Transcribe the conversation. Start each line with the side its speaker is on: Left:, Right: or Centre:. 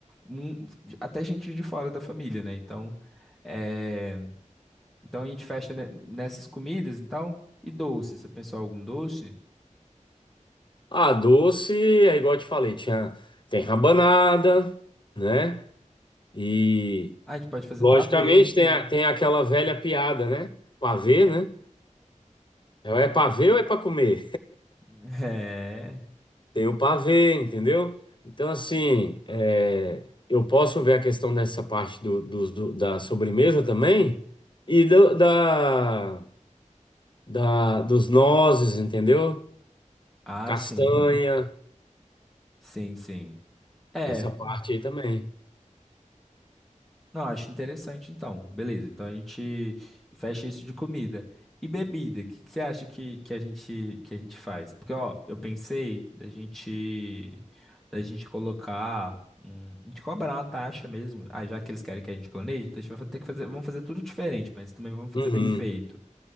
Centre: um- até gente de fora da família, né? Então, é, então a gente fecha ne- nessas comidas, então. E doce, você pensou algum doce?
Left: Ah, doce é igual eu te falei, tinha, tem rabanada, né? E
Centre: Ah, a gente pode fazer
Left: logicamente
Centre: pavê.
Left: tem, a- tem aquela velha piada, né? Pavê, né? É, Ou É para ver ou é para comer?
Centre: <laughs> É.
Left: Tem o pavê, entendeu? Então, assim, é, eu posso ver a questão dessa parte do, dos- do- da sobremesa também e do- da, da- dos nozes, entendeu?
Centre: Ah,
Left: Castanha,
Centre: sim. Sim, sim. É.
Left: essa parte aí também.
Centre: Não, acho interessante então. Beleza, então a gente fecha isso de comida. E bebida, o que que você acha que, que a gente que a gente faz? Porque ó, eu pensei da gente da gente colocar um, a gente cobrar uma taxa mesmo. Ah, já que eles querem que a gente planeje, então a gente vai ter que fazer, vamos fazer tudo diferente, mas também vamos fazer
Left: Uhum.
Centre: bem feito.